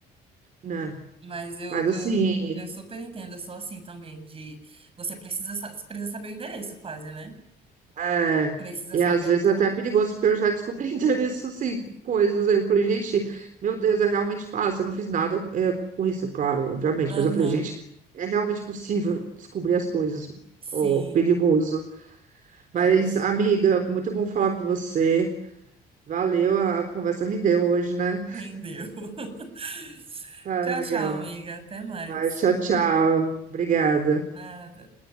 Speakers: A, on the right (about 50°); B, on the right (about 35°).
A: né?
B: Mas eu,
A: Mas
B: eu,
A: assim,
B: eu super entendo, eu sou assim também, de você precisa, sa- você precisa saber o endereço quase, né?
A: é,
B: Precisa
A: e
B: saber
A: às vezes
B: tudo.
A: até é perigoso, porque eu já descobri <laughs> endereço, assim, com coisas. Aí eu falei, gente, meu Deus, é realmente fácil. Eu não fiz nada é, com isso, claro, obviamente.
B: Aham.
A: Mas eu falei, gente, é realmente possível descobrir as coisas.
B: Sim,
A: Ó, perigoso.
B: mas
A: Mas, amiga, muito bom falar com você. Valeu, a conversa rendeu hoje, né?
B: rendeu. <laughs>
A: Ah,
B: Tchau,
A: legal.
B: tchau, amiga. Até mais.
A: Mas tchau, tchau. Obrigada.
B: Nada.